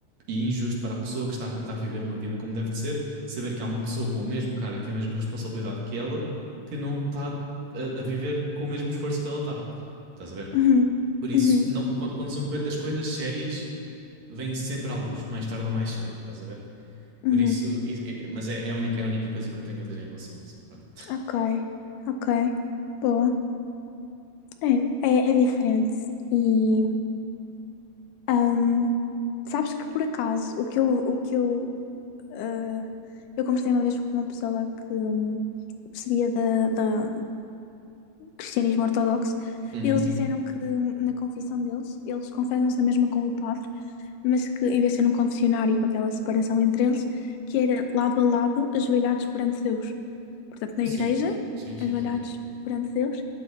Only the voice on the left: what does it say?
uhum,
uhum,
uhum.
Ok, ok, boa. É, é, é diferente. E ahm, sabes que por acaso o que eu, o que eu, ah, eu conversei uma vez com uma pessoa que hum, percebia da, da, cristianismo ortodoxo,
eles disseram que hum, na confissão deles, eles confessam-se na mesma com o padre, mas que em vez de ser num confessionário com aquela separação entre eles, que era lado a lado, ajoelhados perante Deus. Portanto, na
igreja,
ajoelhados
perante Deus,